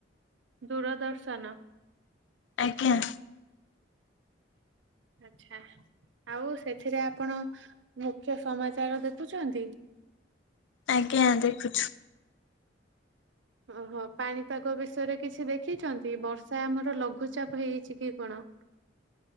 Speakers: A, on the right; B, on the left.
A: ଦୂରଦର୍ଶନ
B: ଆଜ୍ଞା
A: ଆଚ୍ଛା ଆଉ ସେଥିରେ ଆପଣ ମୁଖ୍ୟ ସମାଚାର ଦେଖୁଛନ୍ତି
B: ଆଜ୍ଞା ଦେଖୁଛୁ
A: ଓହୋ ପାଣିପାଗ ବିଷୟରେ କିଛି ଦେଖିଛନ୍ତି ବର୍ଷା ଆମର ଲଘୁଚାପ ହେଇଛି କି କଣ